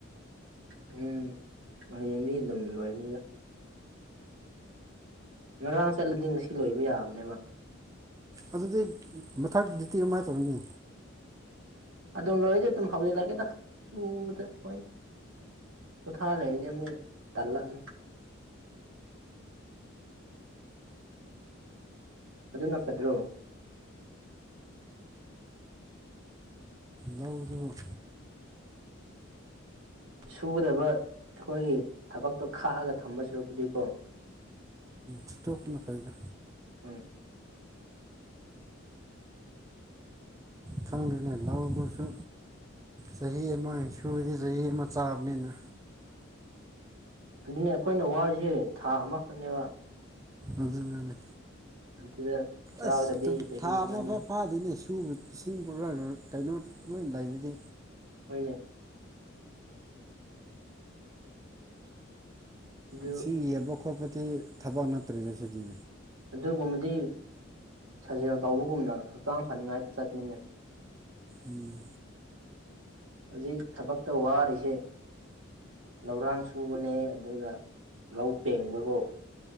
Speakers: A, on the right; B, on the right.
A: ꯎꯝ ꯍꯌꯦꯡꯗꯤ ꯑꯗꯨꯝ ꯂꯣꯏꯒꯅꯤꯗ ꯉꯔꯥꯡ ꯆꯠꯂꯗꯤ ꯉꯁꯤ ꯂꯣꯏꯕ ꯌꯥꯕꯅꯦꯕꯕ
B: ꯑꯗꯨꯗꯤ ꯃꯊꯛ ꯗꯤꯇꯤ ꯑꯃ ꯇꯧꯔꯅꯤ
A: ꯑꯗꯨꯝ ꯂꯣꯏꯔꯗꯤ ꯑꯗꯨꯝ ꯍꯧꯖꯜꯂꯒꯦꯗ ꯁꯨꯕꯗ ꯑꯣꯏ ꯄꯣꯊꯥ ꯂꯩꯔꯗꯤ ꯑꯃꯨꯛ ꯇꯜꯂꯛꯑꯅꯤ ꯑꯗꯨꯅ ꯐꯗ꯭ꯔꯣ
B: ꯂꯧꯗꯨ
A: ꯁꯨꯒꯗꯕ ꯑꯈꯣꯏꯒꯤ ꯊꯕꯛꯇꯣ ꯈꯥꯛꯑꯒ ꯊꯝꯕ ꯁꯨꯔꯛꯄꯨꯗꯤꯀꯣ
B: ꯁꯨꯇꯣꯛꯄꯅ‌ ꯐꯩꯗ
A: ꯎꯝ
B: ꯈꯪꯗ꯭ꯔꯦꯅꯦ ꯂꯧꯕꯁꯨ ꯆꯍꯤ ꯑꯃ ꯁꯨꯗꯤ ꯆꯍꯤ ꯑꯃ ꯆꯥꯕꯅꯤꯅ
A: ꯑꯗꯨꯅꯦ ꯑꯈꯣꯏꯅ ꯋꯥꯔꯤꯁꯦ ꯊꯥ ꯑꯃꯈꯛꯅꯦꯕ
B: ꯑꯗꯨꯅꯅꯤ
A: ꯑꯗꯨꯗ ꯆꯥꯒꯗꯕꯗꯤ
B: ꯑꯁ
A: ꯆꯍꯤ
B: ꯊꯥ
A: ꯑꯃꯅꯤ
B: ꯑꯃꯐꯥꯎ ꯐꯥꯗꯤꯅꯦ ꯁꯨꯕ ꯏꯁꯤꯡ ꯄꯨꯔꯔ ꯀꯩꯅꯣ ꯂꯣꯏ ꯂꯩꯔꯗꯤ
A: ꯍꯣꯏꯅꯦ ꯑꯗꯨ
B: ꯏꯁꯤꯡ ꯌꯦꯡꯕ ꯈꯣꯠꯄꯗꯤ ꯊꯕꯛ ꯅꯠꯇ꯭ꯔꯦꯅꯦ ꯁꯤꯗꯤ
A: ꯑꯗꯨꯒꯨꯝꯕꯗꯤ ꯁꯥꯖꯦꯜ ꯇꯧꯕꯒꯨꯝꯅ ꯍꯛꯆꯥꯡ ꯐꯅꯤꯡꯉꯥꯏ ꯆꯠꯃꯤꯟꯅꯦ
B: ꯎꯝ
A: ꯍꯧꯖꯤꯛ ꯊꯕꯛꯇ ꯋꯥꯔꯤꯁꯦ ꯂꯧꯔꯥꯡ ꯁꯨꯕꯅꯦ ꯑꯗꯨꯒ ꯂꯧ ꯄꯦꯡꯕꯀꯣ